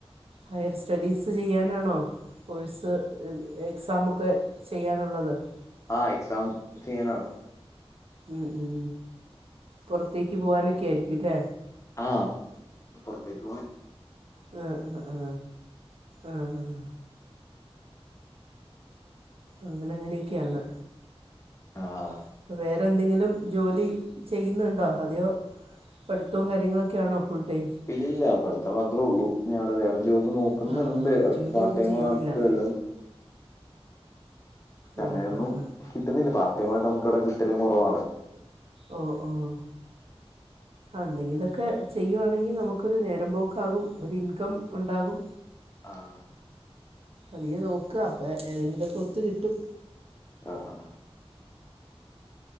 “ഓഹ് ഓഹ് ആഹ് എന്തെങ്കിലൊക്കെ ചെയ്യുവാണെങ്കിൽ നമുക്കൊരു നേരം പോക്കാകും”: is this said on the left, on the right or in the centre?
Right